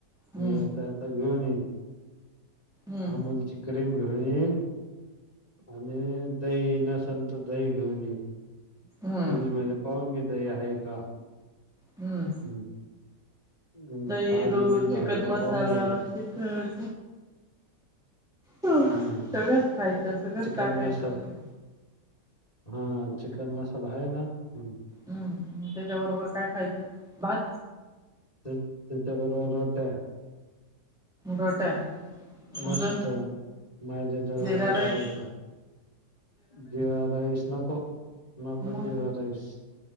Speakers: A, in the centre; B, on the left.
A: हम्म
B: मी येता येता घेऊन येईन.
A: हम्म
B: अमुल ची क्रीम घेऊन येईल आणि दही नसल तर दही घेऊन येईल.
A: हम्म
B: फ्रीजमध्ये पाहून घे दही आहे का?
A: हंम.
B: हम्म हम्म,
A: दही,
B: काजू
A: दुध,
B: बिजू
A: चिकन
B: आहे का
A: मसाला,
B: पाहून घे
A: चिकन हो
B: हम्म
A: सगळंच खायचं सगळंच
B: चिकन
A: टाकायचं
B: मसाला
A: सगळं.
B: हा चिकन मसाला आहे ना? हं.
A: हं त्याच्याबरोबर काय खायचं भात?
B: त्याच्या बरोबर रोट्या.
A: रोट्या.
B: मस्त
A: अजून
B: मैद्याच्या रोट्या
A: जिरा राईस
B: करायच्या. जिरा राईस नको, नको
A: मग
B: जिरा राईस.